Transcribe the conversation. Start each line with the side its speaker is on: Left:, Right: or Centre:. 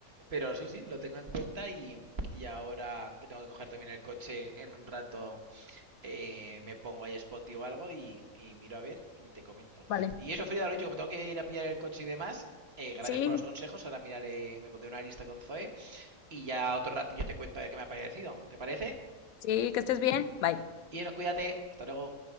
Right: pero sí, sí, lo tengo en cuenta y, y ahora que tengo que coger también el coche en un rato eh, me pongo ahí Spotify o algo y, y miro a ver y te comento.
Left: Vale.
Right: Y eso, Frida, lo dicho, como tengo que ir a pillar el coche y demás, eh, gracias
Left: Sí,
Right: por los consejos. Ahora miraré, me pondré una lista con Zoe y ya otro ratillo te cuento a ver qué me ha parecido. ¿Te parece?
Left: sí, que estés bien. Bye.
Right: Y eso, cuídate, hasta luego.